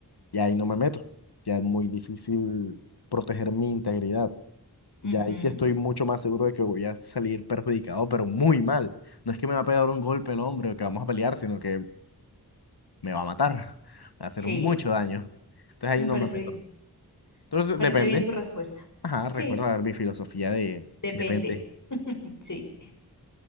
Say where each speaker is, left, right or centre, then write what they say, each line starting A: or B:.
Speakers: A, on the left; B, on the left.
A: ya ahí no me meto. Ya es muy difícil proteger mi integridad.
B: ujú,
A: Ya ahí sí estoy mucho más seguro de que voy a salir perjudicado, pero muy mal. No es que me va a pegar un golpe el hombre o que vamos a pelear, sino que me va a matar, <laughs> me va a hacer
B: Sí,
A: mucho daño. Entonces
B: me
A: ahí no
B: parece
A: me meto.
B: bien.
A: Entonces
B: Parece
A: depende.
B: bien tu respuesta.
A: Ajá,
B: Sí,
A: recuerda dar mi filosofía de
B: depende.
A: depende.
B: <laughs> Sí.